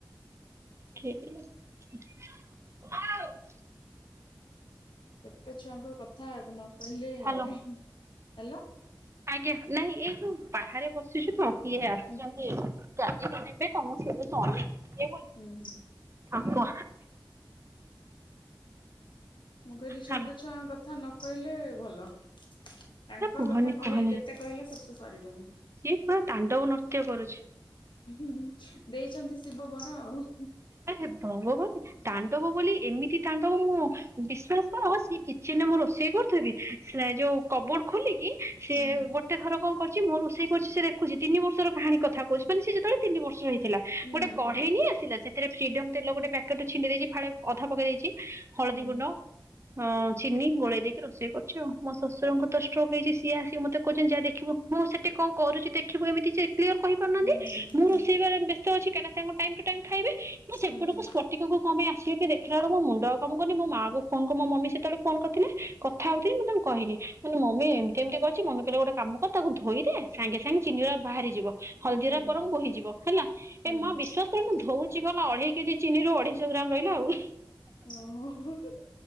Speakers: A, on the right (about 35°); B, on the left (about 80°).
A: <unintelligible>
B: ଛୋଟ ଛୁଆଙ୍କ କଥା ନ କହିଲେ
A: ହାଲୋ।
B: <unintelligible> ହାଲୋ।
A: ଆଜ୍ଞା ନାଇଁ ଏଇ ଯୋଉ ବାହାରେ ବସିଚୁ ତ କିଏ ଆସିଚନ୍ତି।
B: ହୁଁ
A: କିଏ ଆସିବେ ନେବେ ତ ମୁଁ ସେଥିପାଇଁ ସେ ଅନେଇଚି <unintelligible> <inaudible>
B: ଉଁ ହୁଁ।
A: ଆଉ କହ
B: ମୁଁ କହିଲି ଛୋଟ
A: ହାଲୋ
B: ଛୁଆଙ୍କ କଥା ନ କହିଲେ ଭଲ ତାଙ୍କ
A: କୁହନି
B: କଥା କହିଲି
A: କୁହନି
B: ଯେତେ କହିଲ ସେତେ ସରୀବନି
A: ସିଏ ପୁରା ତାଣ୍ଡବ ନୃତ୍ୟ କରୁଛି।
B: ହୁଁ ଦେଇଛନ୍ତି ଶିବ ବର ଆଉ
A: ଭଙ୍ଗବନ ତାଣ୍ଡବ ବୋଲି ଏମିତି ତାଣ୍ଡବ ମୁଁ ବିଶ୍ଵାସ କର ସେ କିଚେନରେ ମୁଁ ରୋଷେଇ କରୁଥିବି ସେ ଯୋଉ କବୋର୍ଡ ଖୋଲିକି ସେ
B: ହୁଁ
A: ଗୋଟାଏ ଥର କଣ୍ କରୁଛି ମୋ ରୋଷେଇ କରୁଛି ସେ ଦେଖୁଛି ତିନି ବର୍ଷର କାହାଣୀକଥା କହୁଛି ମାନେ ସେ ଯେତେବେଳେ ତିନି ବର୍ଷର ହେଇଥିଲା ଗୋଟେ
B: ହୁଁ
A: କଢେଇ
B: ହୁଁ
A: ନେଇ ଆସିଲା ସେ ଏରେ ଫିଡମ ତେଲ ଗୋଟାଏ ପ୍ୟାକେଟ ରୁ ଛିଣ୍ଡେଇ ଦେଇଛି ଫାଳେ ଅଧା ପକେଇ ଦେଇଛି ହଳଦୀ
B: ହୁଁ
A: ଗୁଣ୍ଡ ହଁ ଚିନି ଗୋଳେଇ ଦେଇକି ରୋଷେଇ କରୁଛି ଆଉ ମୋ ଶଶୁରତ ଷ୍ଟ୍ରୋକ୍ ହେଇଛି ସିଏ ଆସିକି ମତେ କହୁଛନ୍ତି ଯାହା ଦେଖିବୁ ହଁ ସେ ସେ କଣ୍ କରୁଛି ଦେଖିବୁ ଏମିତି ସେ କ୍ଲିଅର କହିପରୁନାହାନ୍ତି
B: ହୁଁ ହୁଁ ହୁଁ
A: ମୁଁ ରୋଷେଇ ବ୍ୟସ୍ତ ଅଛି କା ତାଙ୍କ ଟାଇମ ଟୁ ଟାଇମ ଖାଇବେ ମୁଁ ସେପଟ
B: ହୁଁ ହୁଁ
A: କୁ ପଟିକ କମ୍ ଆସିକି ଦେଖିଲ ବେଳକୁ ମୁଣ୍ଡ ଆଉ କାମ କରୁନି ମୋ ମା କୁ ଫୋନ୍ ମମି ସେତବେଳେ ଫୋନ୍ କରି ଥିଲେ କଥା ହଉଥିଲି ମୁଁ ତାଙ୍କୁ କହିଲି ମାନେ ମମି ଏମିତି ଏମିତି କରିଛି ମମି କହିଲେ ଗୋଟାଏ କାମ କର ତାକୁ ଧୋଇଦେ ସାଙ୍ଗେ ସାଙ୍ଗେ ଚିନି ବାହାରି ଯିବ ହଳଦୀର
B: ହୁଁ ହୁଁ ହୁଁ ହୁଁ ହୁଁ ହୁଁ ହୁଁ
A: ପର ବୋହିଯିବ ହେଲା ଏ
B: ହୁଁ
A: ମ
B: ହୁଁ
A: ବିସ୍ୱସକର ମୁଁ ଧଉ କି ଗଲା ଅଢେଇ କେଜି ଚିନି ରୁ ଅଢେଇଶହ ଗ୍ରାମ ରହିଲା ଆଉ
B: ଓହୋ ହୁଁ ହୁ